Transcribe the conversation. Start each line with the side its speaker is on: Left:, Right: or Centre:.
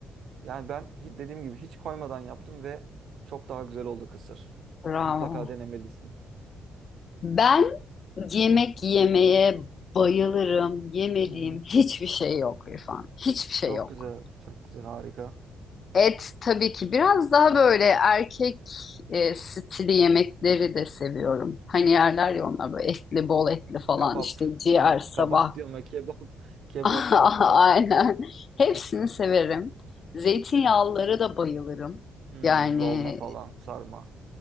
Right: Yani ben hi- dediğim gibi hiç koymadan yaptım ve çok daha güzel oldu kısır.
Left: Bravo.
Right: Mutlaka denemelisin.
Left: Ben yemek yemeye bayılırım. Yemediğim
Right: Hı hı.
Left: hiçbir şey yok İrfan. Hiçbir şey
Right: Çok
Left: yok.
Right: güzel, çok güzel, harika.
Left: Et tabii ki biraz daha böyle erkek e, stili yemekleri de seviyorum. Hani yerler ya onlar böyle etli, bol etli falan
Right: Kabap.
Left: işte ciğer,
Right: Ya
Left: sabah.
Right: kabap <laughs> diyorum ya kebap, <laughs> kebap
Left: <laughs>
Right: köfte.
Left: Aynen. Hepsini
Right: <laughs>
Left: severim. Zeytinyağlıları
Right: Evet.
Left: da bayılırım.
Right: Hmm,
Left: Yani
Right: dolma falan, sarma.